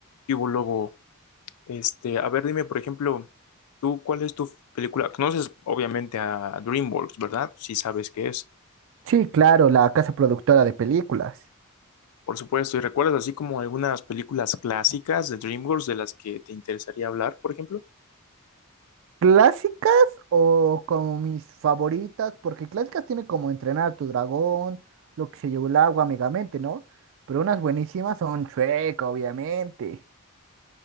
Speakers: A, on the left; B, on the right.
A: ¿Qué hubo, Lobo? Este, a ver, dime, por ejemplo, tú, ¿cuál es tu película? Conoces, obviamente, a DreamWorks, ¿verdad? Sí sabes qué es.
B: Sí, claro, la casa productora de películas.
A: Por supuesto, ¿y recuerdas así como algunas películas clásicas de DreamWorks de las que te interesaría hablar, por ejemplo?
B: ¿Clásicas o como mis favoritas? Porque clásicas tiene como Entrenar a tu dragón, Lo que se llevó el agua, Megamente, ¿no? Pero unas buenísimas son Shrek, obviamente.